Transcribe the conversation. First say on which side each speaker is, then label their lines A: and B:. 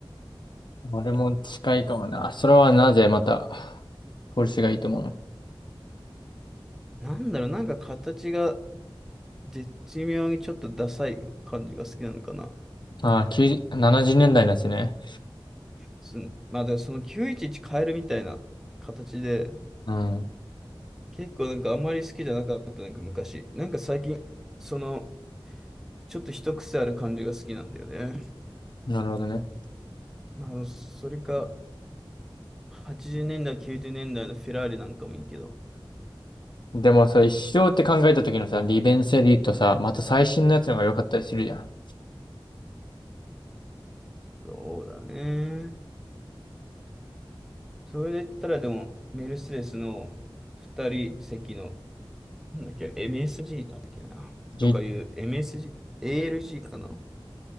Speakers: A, on the left; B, in the centre.
A: 俺も近いかもな。それはなぜまた、ポルシェがいいと思うの
B: なんだろう、なんか形が、絶妙にちょっとダサい感じが好きなのかな。
A: ああ、90、70年代のやつね。
B: す、まあ、でもその911変えるみたいな形で、
A: うん。
B: 結構なんかあんまり好きじゃなかった、なんか昔。なんか最近、その、ちょっと一癖ある感じが好きなんだよね。
A: なるほどね。
B: あの、それか、80年代、90年代のフェラーリなんかもいいけど。
A: でもさ、一生って考えた時のさ、利便性で言うとさ、また最新のやつの方が良かったりするじゃん。
B: そうだね。それで言ったらでも、メルセデスの2人席の、なんだっけ、MSG だっけな。
A: じ、
B: とかいう
A: う
B: MSG、ALG かな。